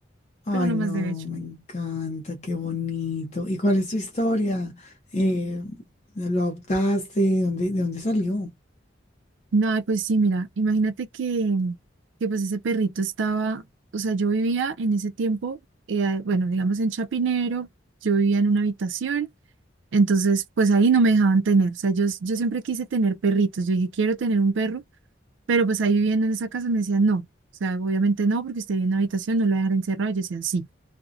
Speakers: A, on the left; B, on the right.
A: Ay,
B: pero lo
A: no,
B: más de hecho.
A: me encanta, qué bonito. ¿Y cuál es tu historia? Eh, ¿lo adoptaste? ¿Dónde- de dónde salió?
B: No, ay, pues sí, mira, imagínate que, que pues ese perrito estaba, o sea, yo vivía en ese tiempo, eh, bueno, digamos en Chapinero, yo vivía en una habitación. Entonces, pues ahí no me dejaban tener. O sea, yo, yo siempre quise tener perritos. Yo dije, quiero tener un perro, pero pues ahí viviendo en esa casa me decían, no. O sea, obviamente no, porque usted vive en una habitación, no lo voy a dejar encerrado. Yo decía, sí.